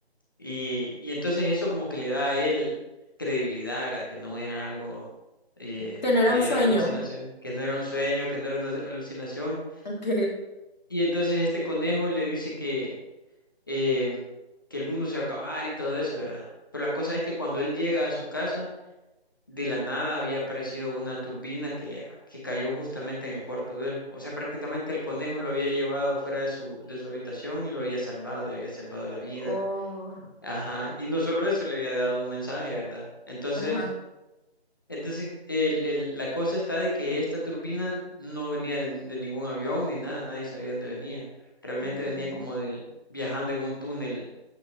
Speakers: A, on the left; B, on the left.
A: Y, y entonces eso como que le da a él credibilidad, ¿verdad? Que no era algo, eh,
B: Que no era
A: que
B: un sueño.
A: era alucinación, que no era un sueño, que no era una alucinación.
B: Ok.
A: Y entonces este conejo le dice que, eh, que el mundo se va a acabar y todo eso, ¿verdad? Pero la cosa es que cuando él llega a su casa, de la nada había aparecido una turbina que, que cayó justamente en el cuarto de él. O sea, prácticamente el conejo lo había llevado fuera de su, de su habitación y lo había salvado, le había salvado la vida.
B: Oh,
A: Ajá, y no solo eso, le había dado un mensaje, ¿verdad? Entonces,
B: ajá,
A: entonces el, el- la cosa está de que esta turbina no venía de, de ningún avión ni nada, nadie sabía dónde venía. Realmente
B: ok.
A: venía como del viajando en un túnel,